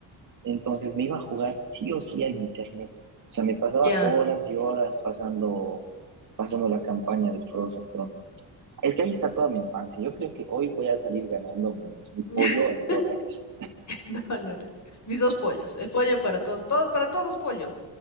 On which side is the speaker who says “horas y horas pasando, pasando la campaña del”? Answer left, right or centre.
Right